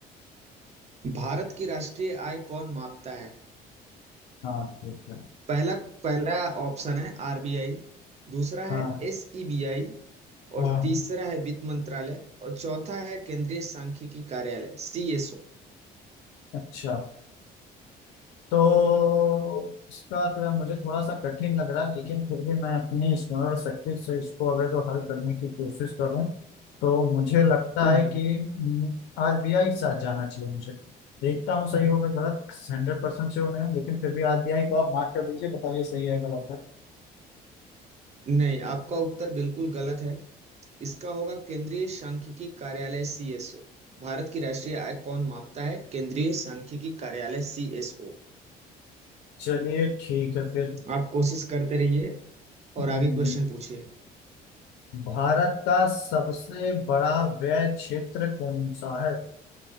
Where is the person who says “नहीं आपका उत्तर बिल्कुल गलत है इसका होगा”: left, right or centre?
Right